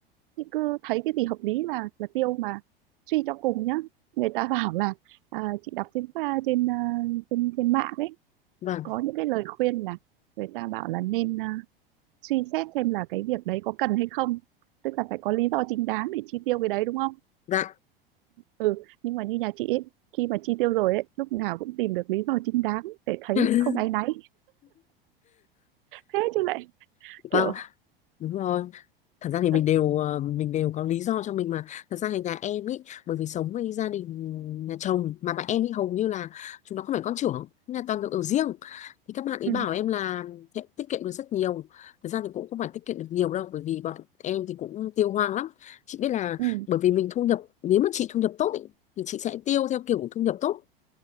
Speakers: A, on the right (about 60°); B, on the left (about 25°).
A: thì cứ thấy cái gì hợp lý là là tiêu mà suy cho cùng nhá người ta bảo là à, chị đọc trên pha trên à, trên trên mạng ấy
B: vâng
A: có những cái lời khuyên là người ta bảo là nên à, suy xét xem là cái việc đấy có cần hay không tức là phải có lý do chính đáng để chi tiêu cái đấy đúng không
B: dạ
A: ừ nhưng mà như nhà chị ấy khi mà chi tiêu rồi ấy lúc nào cũng tìm được lý do chính đáng để thấy
B: <laughs>
A: không áy náy thế chứ lại kiểu
B: vâng đúng rồi thật ra thì
A: ừ,
B: mình đều ờ, mình đều có lý do cho mình mà thật ra thì nhà em ý bởi vì sống với gia đình nhà chồng mà bạn em ý hầu như là chúng nó không phải con trưởng là toàn được ở riêng thì các bạn ấy
A: ừ,
B: bảo em là sẽ tiết kiệm được rất nhiều thật ra thì cũng không phải tiết kiệm được nhiều đâu bởi vì bọn em thì cũng tiêu hoang lắm chị biết là
A: ừ,
B: bởi vì mình thu nhập nếu mà chị thu nhập tốt ý, thì chị sẽ tiêu theo kiểu thu nhập tốt